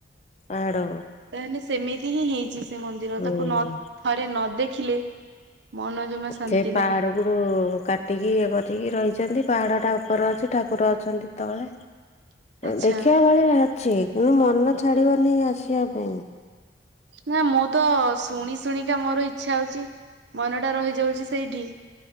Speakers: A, on the left; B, on the right.
A: ପାହାଡ।
B: ତାହେଲେ ସେମିତି ହିଁ ହେଇଛି ସେ ମନ୍ଦିର
A: ହୁଁ
B: ତାକୁ ନ ଥରେ ନ ଦେଖିଲେ ମନ ଜମା ଶାନ୍ତି
A: ସେ ପାହାଡକୁ
B: ନାହିଁ
A: ଉପରୁ କାଟିକି ଇଏ କରିକି ରହିଛନ୍ତି ପାହାଡ଼ଟା ଉପରେ ଅଛି ଠାକୁର ଅଛନ୍ତି ତଳେ।
B: <inaudible> ଆଚ୍ଛା
A: ଦେଖିବା ଭଳିଆ ଅଛି କିନ୍ତୁ ମନ ଛାଡିବନି ଆସିବା ପାଇଁ।
B: ନା ମୁଁ ତ ଶୁଣି ଶୁଣିକା ମୋର ଇଛା ହଉଛି ମନଟା ରହିଯାଉଛି ସେଇଠି।